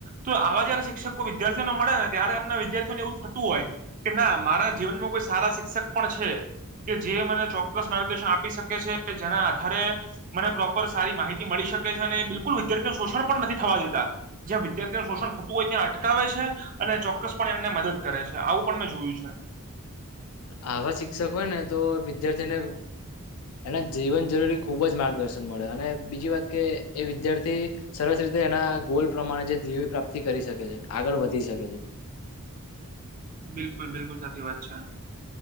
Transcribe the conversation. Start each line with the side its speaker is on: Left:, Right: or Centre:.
Right: તો આવા જયારે શિક્ષકો વિદ્યાર્થીઓને મળે ને ત્યારે એમના વિદ્યાર્થીઓને એવું થતું હોય કે ના મારા જીવનમાં કોઈ સારા શિક્ષક પણ છે કે જે મને ચોક્કસ માર્ગદર્શન આપી શકે છે જેના આધારે મને પ્રોપર સારી માહિતી મળી શકે છે અને બિલકુલ વિદ્યાર્થીઓ શોષણ પણ નથી થવા દેતા જ્યાં વિાર શોષણ થતું હોય ત્યાં અટકાવે છે અને ચોક્કસ પણ એમને મદદ કરે છે આવું પણ મેં જોયું છે
Left: આવા શિક્ષક હોયને તો વિદ્યાર્થીને એના જીવન જરૂરી ખૂબ જ માર્ગદર્શન મળે અને બીજી વાત કે એ વિદ્યાર્થી સરસ રીતે એના ગોલ પ્રમાણે જે ધીવી પ્રાપ્તિ કરી શકે છે આગળ વધી શકે છે
Right: બિલકુલ બિલકુલ સાચી વાત છે